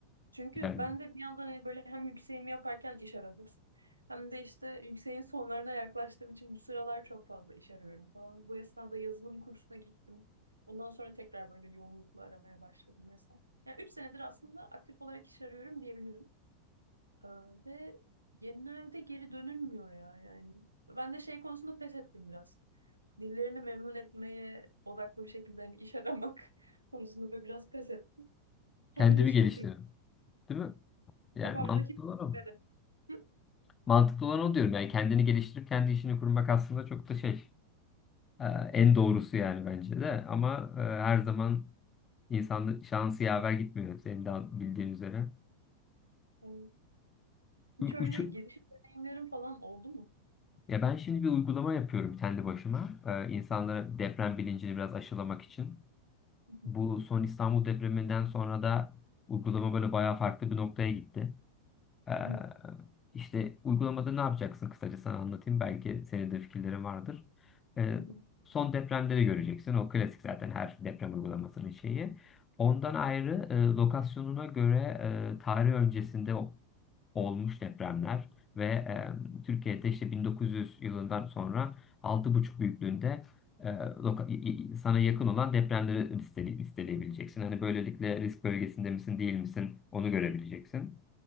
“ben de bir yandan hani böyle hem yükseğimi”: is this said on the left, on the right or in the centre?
Right